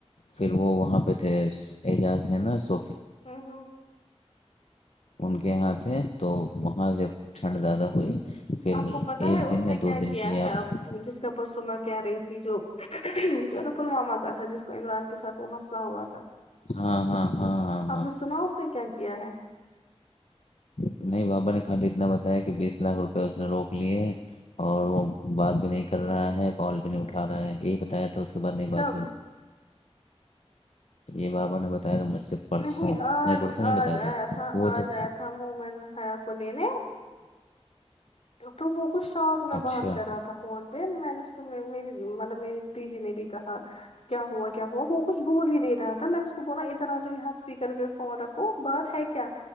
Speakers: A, on the left; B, on the left.
A: پھر وہ وہاں پہ تھے اعجاز ہیں نا س
B: او ہو
A: ان کے ہاتھ ہے تو وہاں جب ٹھنڈ زیادہ ہوئی پھر
B: آپ کو پتا
A: ایک
B: ہے اس
A: دن
B: نے
A: یا
B: کیا
A: دو دن
B: کیا
A: کے لیے
B: ہے
A: آپ
B: اب
A: کے
B: جس کا پرسوں میں کہ رہی تھی جو جو ہے نا پلوامہ کا تھا جس کو عمران کے ساتھ وہ مسئلہ ہوا تھا
A: ہاں ہاں ہاں ہاں
B: آپ
A: ہاں
B: نے سنا اس کیا ہے
A: نہیں بابا نے خالی اتنا بتایا کہ بیس لاکھ روپئے اس نے روک لیے ہے اور وہ بات بھی نہیں کر رہا ہے کال بھی نہیں اٹھا رہا ہے یہی بتایا تو اس کے بعد نہیں
B: کب
A: بات ہوئی یہ بابا نے بتایا تھا مجھ سے پرسوں
B: نہیں آج
A: نہیں پرسوں نہیں
B: آج
A: بتایا
B: آیا تھا
A: وہ جب
B: آج آیا تھا مومن حیا کو لینے تو وہ کچھ شوق میں
A: اچھا
B: بات کر رہا تھا فون پہ میں نے اس کو م مطلب میری دیدی نے بھی کہا کیا ہوا کیا ہوا وہ کچ بول ہی نہیں رہا تھا میں نے اس کو بولا ادھر آ جا یہاں اسپیکر پہ فون رکھو بات ہے کہ کیا